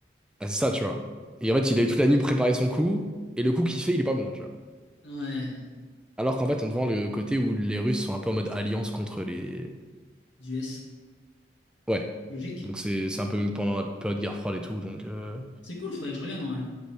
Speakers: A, in the centre; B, on the left.
A: Ah, c'est ça, tu vois. Et en fait, il a eu toute la nuit préparé son coup. Et le coup qu'il fait, il est pas bon, tu vois.
B: Ouais.
A: Alors qu'en fait, on te vend le côté où les Russes sont un peu en mode alliance contre les.
B: Du S.
A: Ouais.
B: Logique.
A: Donc, c'est c'est un peu même pendant la période de guerre froide et tout. Donc. euh,
B: C'est cool, faudrait que je regarde en vrai.